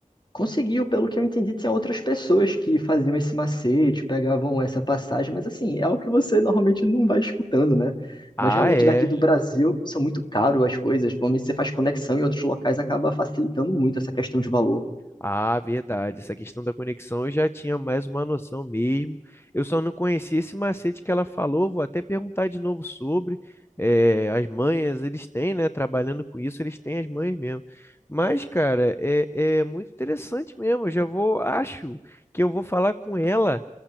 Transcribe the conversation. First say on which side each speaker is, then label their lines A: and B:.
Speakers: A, on the left (about 35°); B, on the left (about 20°).
A: Conseguiu, pelo que eu entendi, tinha outras pessoas que faziam esse macete, pegavam essa passagem, mas assim, é algo que você normalmente não vai escutando, né?
B: Ah,
A: Mas realmente
B: é.
A: daqui do Brasil são muito caro as coisas. Normalmente você faz conexão em outros locais, acaba facilitando muito essa questão de valor.
B: Ah, verdade. Essa questão da conexão eu já tinha mais uma noção mesmo. Eu só não conhecia esse macete que ela falou. Vou até perguntar de novo sobre. eh, as manhas, eles têm, né? Trabalhando com isso, eles têm as manhas mesmo. Mas, cara, é, é muito interessante mesmo. Eu já vou, acho que eu vou falar com ela.